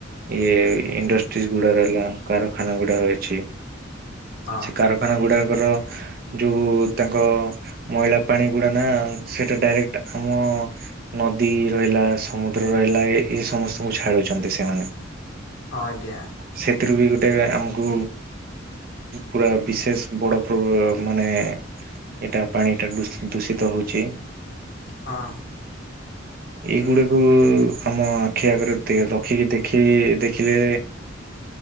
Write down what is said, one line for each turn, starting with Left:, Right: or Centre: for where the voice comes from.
Right: ଇଏ ଇଣ୍ଡଷ୍ଟ୍ରିଜ୍ ଗୁଡା ରହିଲା କାରଖାନା ଗୁଡା ରହିଛି।
Left: ହଁ
Right: ସେ କାରଖାନା ଗୁଡାକର ଯୋଉ ତାଙ୍କ ମଇଳା ପାଣି ଗୁଡ଼ା ନା ସେଇଟା ଡାଇରେକ୍ଟ୍ ଆମ ନଦୀ ରହିଲା ସମୁଦ୍ର ରହିଲା ଏ ଏ ସମସ୍ତଙ୍କୁ ଛାଡୁଛନ୍ତି ସେମାନେ।
Left: ହଁ ଆଜ୍ଞା।
Right: ସେଥିରୁ ବି ଗୋଟେ ଆମକୁ ପୁରା ବିଶେଷ ବଡ ପ୍ର ମାନେ ଏଇଟା ପାଣିଟା ଦ ଦୂଷିତ ହଉଛି।
Left: ହଁ
Right: ଏଇ
Left: ଏ
Right: ଗୁଡା ଉଁ ଆମ ଆଖି ଆଗରେ ରଖିକି ଦେଖି ଦେଖିଲେ